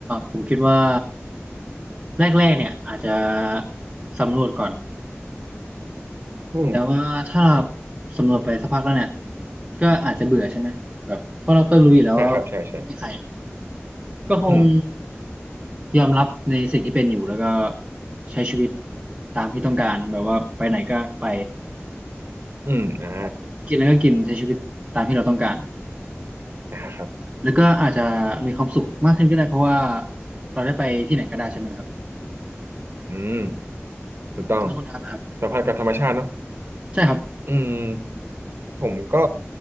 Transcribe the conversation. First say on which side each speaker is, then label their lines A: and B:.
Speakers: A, on the right; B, on the right.
A: ผมคิดว่าแรกๆเนี่ยอาจจะสำรวจก่อน
B: อืม
A: แต่ว่าถ้าเราสำรวจไปสักพักแล้วเนี่ยก็อาจจะเบื่อใช่ไหมแบบเพราะเราก็รู้อยู่แล้วว่าคงไม่มีใคร
B: อ่าครับใช่ใช่
A: ก็คง
B: อืม
A: ยอมรับในสิ่งที่เป็นอยู่แล้วก็ใช้ชีวิตตามที่ต้องการแบบว่าไปไหนก็ไป
B: อืมอ่า
A: แบบกินแล้วก็กินใช้ชีวิตตามที่เราต้องการ
B: นะครับ
A: แล้วก็อาจจะมีความสุขมากขึ้นก็ได้เพราะว่าเราได้ไปที่ไหนก็ได้ใช่ไหมล่ะครับ
B: อืมถูกต้อง
A: แล้วคุณดาบนะครับ
B: สัมพันธ์กับธรรมชาติเนาะ
A: ใช่ครับ
B: อืม ผมก็